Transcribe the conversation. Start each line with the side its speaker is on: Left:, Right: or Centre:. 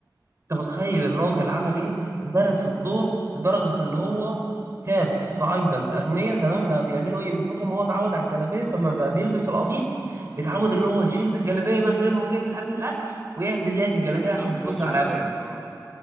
Right: انت متخيل الراجل عمل ايه درس الدور لدرجه اللي هو شاف الصعايده الاغنياء تمام بقى بيعملوا ايه من كتر ما هو اتعود على الجلابيه فما بقى بيلبس القميص بيتعود اللي هو يشد الجلابيه بقى زي ما هو بيعمل قبل الاكل ويعدل يات الجلابيه
Centre: ويطلع
Right: عشان
Centre: ببوز
Right: بتوجع
Centre: قدام
Right: رقبته
Centre: اه